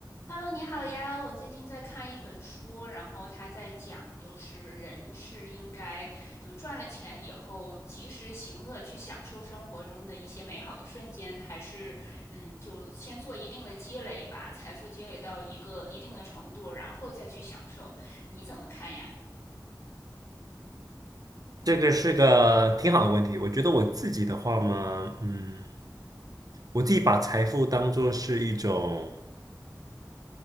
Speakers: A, on the left; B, on the right.
A: Hello，你好呀！我最近在看一本书，然后他在讲，就是人是应该就赚了钱以后及时行乐，去享受生活中的一些美好的瞬间，还是嗯，就先做一定的积累，把财富积累到一个一定的程度，然后再去享受。你怎么看呀？
B: 这个是个挺好的问题。我觉得我自己的话嘛，嗯，我自己把财富当做是一种。